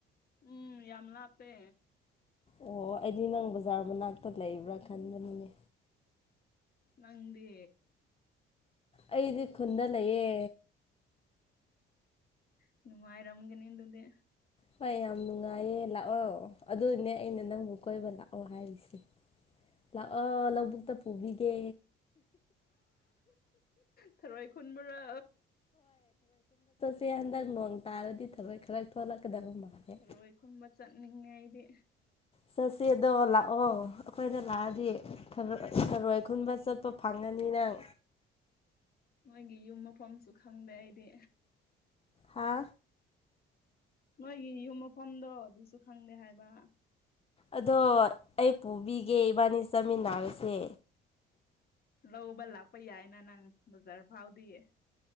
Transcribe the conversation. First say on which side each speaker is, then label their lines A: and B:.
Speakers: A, on the left; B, on the left.
A: ꯎꯝ ꯌꯥꯝꯂꯄꯦ
B: ꯑꯣ ꯑꯩꯗꯤ ꯅꯪ ꯕꯖꯥꯔ ꯃꯅꯥꯛꯇ ꯂꯩꯕ꯭ꯔꯥ ꯈꯟꯕꯅꯤꯅꯦ
A: ꯅꯪꯗꯦ
B: ꯑꯩꯗꯤ ꯈꯨꯟꯗ ꯂꯩꯌꯦ
A: ꯑꯣꯅꯨꯡꯥꯏꯔꯝꯒꯅꯤꯗꯦ
B: ꯍꯣꯏ ꯌꯥꯝ ꯅꯨꯡꯉꯥꯏꯌꯦ ꯂꯥꯛꯑꯣ ꯑꯗꯨꯅꯦ ꯑꯩꯅ ꯅꯪꯕꯨ ꯀꯣꯏꯕ ꯂꯥꯛꯑꯣ ꯍꯥꯏꯔꯤꯁꯦ ꯂꯥꯛꯑꯣ ꯂꯧꯕꯨꯛꯇ ꯄꯨꯕꯤꯒꯦ
A: ꯈꯔꯣꯏ ꯈꯨꯨꯟꯕ꯭ꯔꯥ
B: ꯆꯦ ꯍꯟꯗꯛ ꯅꯣꯡ ꯇꯥꯔꯗꯤ ꯊꯕꯛ ꯈꯔꯛ ꯊꯣꯛꯂꯛꯀꯗꯕ ꯃꯥꯜꯂꯦ
A: ꯆꯔꯣꯏꯒꯨꯝꯕ ꯆꯠꯅꯤꯡꯉꯦ ꯑꯩꯗꯤ
B: ꯆꯠꯁꯦꯗꯣ ꯂꯥꯛꯑꯣ ꯑꯩꯈꯣꯏꯅ ꯂꯥꯛꯑꯗꯤ ꯊꯔꯣꯏ ꯈꯨꯟꯕ ꯆꯠꯄ ꯐꯪꯒꯅꯤ ꯃꯤꯔꯥꯡ
A: ꯃꯣꯏꯒꯤ ꯌꯨꯝ ꯃꯐꯝꯁꯨ ꯈꯪꯗꯦ ꯑꯩꯗꯤ
B: ꯍꯥ
A: ꯅꯣꯏꯒꯤ ꯌꯨꯝ ꯃꯐꯝꯗꯣ ꯑꯗꯨꯁꯨ ꯈꯪꯗꯦ ꯍꯥꯏꯕ
B: ꯑꯗꯣ ꯑꯩ ꯄꯨꯕꯤꯒꯦ ꯏꯕꯥꯅꯤ ꯆꯠꯃꯤꯟꯅꯔꯁꯦ
A: ꯂꯧꯕ ꯂꯥꯛꯄ ꯌꯥꯏꯅ ꯅꯪ ꯕꯖꯥꯔ ꯐꯥꯎꯗꯤꯌꯦ